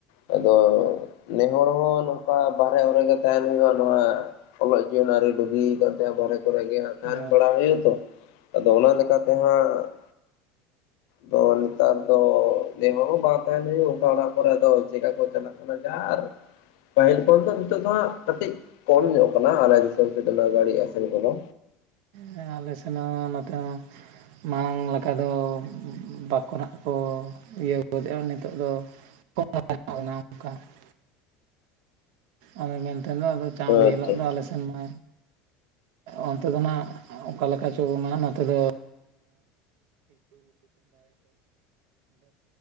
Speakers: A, on the left; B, on the right.
A: <unintelligible> ᱟᱫᱚ ᱱᱮ ᱦᱚᱲ ᱦᱚᱸ ᱵᱟᱨᱦᱮ ᱚᱨᱮ ᱜᱮ ᱛᱟᱦᱮᱱ ᱦᱩᱭᱩᱜᱼᱟ ᱱᱚᱣᱟ ᱚᱞᱚᱜ ᱡᱤᱭᱚᱱ ᱟᱹᱨᱤ ᱵᱩᱜᱤ ᱠᱟᱱ ᱛᱟᱭᱟ ᱵᱟᱦᱨᱮ ᱠᱚᱨᱮ ᱜᱮ ᱛᱟᱦᱮᱱ
B: ᱚ
A: ᱵᱟᱲᱟ ᱦᱩᱭᱩᱜ-ᱟ ᱛᱚ ᱟᱫᱚ ᱚᱱᱟ ᱞᱮᱠᱟᱛᱮᱦᱟᱸᱜ ᱟᱫᱚ ᱱᱮᱛᱟᱨ ᱫᱚ ᱱᱮ ᱦᱚᱲ ᱦᱚᱸ ᱵᱟᱝ ᱛᱟᱦᱮᱱ ᱦᱩᱭᱩᱜ ᱚᱠᱟ ᱚᱲᱟᱜ ᱠᱚᱨᱮ ᱫᱚ ᱪᱮᱫ ᱞᱮᱠᱟ ᱠᱚ ᱪᱟᱞᱟᱜ ᱚᱱᱟ ᱡᱟᱨ ᱯᱟᱹᱦᱤᱞ ᱠᱷᱚᱱ ᱫᱚ ᱱᱤᱛᱚᱜ ᱫᱚ ᱦᱟᱸᱜ ᱠᱟᱹᱴᱤᱡ ᱠᱚᱢ ᱧᱚᱜ ᱠᱟᱱᱟ ᱟᱞᱮ ᱫᱤᱥᱚᱢ ᱥᱮᱫ ᱨᱮᱱᱟᱜ ᱜᱟᱹᱲᱤ ᱟᱥᱮᱱ ᱠᱚᱫᱚ᱾
B: ᱦᱮᱸ ᱟᱞᱮ ᱥᱮᱱᱟᱦᱜ ᱱᱚᱛᱮ ᱦᱚᱸ᱾ ᱢᱟᱲᱟᱝ ᱞᱮᱠᱟ ᱫᱚ ᱵᱟᱠᱚ ᱱᱟᱜ ᱠᱚ ᱤᱭᱟᱹ ᱜᱚᱫᱮᱜᱼᱟ ᱱᱤᱛᱚᱜ ᱫᱚ᱾ <unintelligible> ᱟᱫᱚ ᱢᱮᱱᱛᱮ ᱫᱚ ᱟᱫᱚ ᱪᱟᱣᱰᱤ
A: ᱟᱪᱪᱷᱟ
B: ᱦᱤᱞᱳᱜ
A: ᱟᱪᱪᱷᱟ
B: ᱫᱚ ᱟᱞᱮ ᱥᱮᱱ ᱢᱟ ᱚᱱᱛᱮ ᱫᱚ ᱱᱟᱜ ᱚᱠᱟ ᱞᱮᱠᱟ ᱪᱚ <unintelligible> ᱱᱚᱛᱮ ᱫᱚ